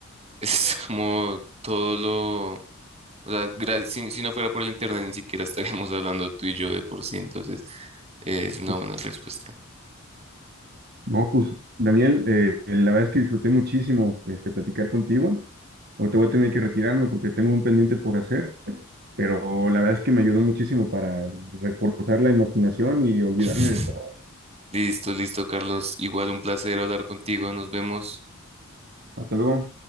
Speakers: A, on the right; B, on the right.
A: es <laughs> como todo lo... O sea, gra- si, si no fuera por el internet ni siquiera estaríamos hablando tú y yo de por sí, entonces eh, es una
B: Pues,
A: buena respuesta.
B: No, pues Daniel, eh, la verdad es que disfruté muchísimo este, platicar contigo. Ahorita voy a tener que retirarme porque tengo un pendiente por hacer, pero la verdad es que me ayudó muchísimo para reforzar la imaginación y olvidarme
A: <laughs>
B: de todo.
A: Listo, listo, Carlos. Igual un placer hablar contigo. Nos vemos.
B: Hasta luego.